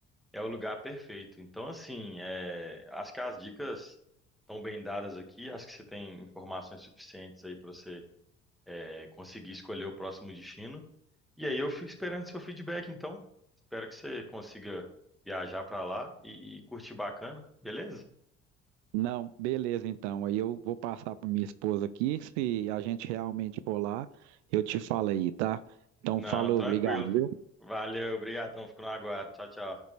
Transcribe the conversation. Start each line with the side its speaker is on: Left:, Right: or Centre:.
Centre: é o lugar perfeito. Então, assim, é, acho que as dicas estão bem dadas aqui. Acho que você tem informações suficientes aí para você é, conseguir escolher o próximo destino. E aí eu fico esperando seu feedback, então. Espero que você consiga viajar pra lá e, e curtir bacana, beleza?
Right: Não, beleza, então. Aí eu vou passar para minha esposa aqui. Se a gente realmente for lá, eu te falo aí, tá? Então,
Centre: Não,
Right: falou,
Centre: tranquilo.
Right: obrigado.
Centre: Valeu, obrigadão. Fico no aguardo. Tchau, tchau.